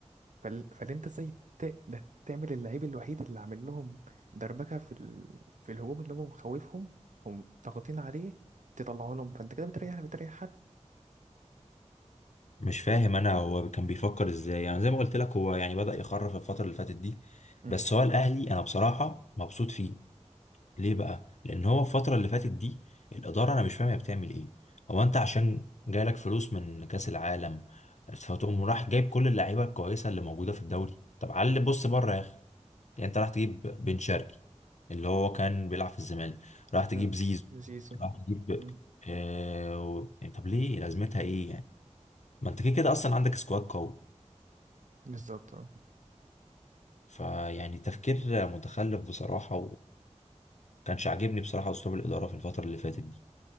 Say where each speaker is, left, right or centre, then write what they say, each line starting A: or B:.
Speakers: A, on the right; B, on the left.
A: فال... فاللي انت ازاي ت... ده تعمل اللعيب الوحيد اللي عامل لهم دربكه في ال... في الهجوم اللي هم مخوفهم هم ضاغطين عليه تطلعه لهم فانت كده بتريح بتريح حالك
B: مش فاهم أنا هو كان بيفكر إزاي يعني زي ما قلت لك هو يعني بدأ يخرف الفترة اللي فاتت دي
A: مم.
B: بس هو الأهلي أنا بصراحة مبسوط فيه ليه بقى؟ لأن هو الفترة اللي فاتت دي الإدارة أنا مش فاهم هي بتعمل إيه هو أنت عشان جالك فلوس من كأس العالم فتقوم راح جايب كل اللعيبة الكويسة اللي موجودة في الدوري طب علي بص بره يا أخي يعني أنت راح تجيب بن شرقي اللي هو كان بيلعب في الزمالك راح تجيب
A: نعم
B: زيزو
A: زيزو
B: راح تجيب
A: مم.
B: آه... و- يعني طب ليه لازمتها إيه يعني؟ ما أنت كده كده أصلا عندك سكواد قوي
A: بالظبط اه
B: فيعني تفكير متخلف بصراحة وكانش عاجبني بصراحة أسلوب الإدارة في الفترة اللي فاتت دي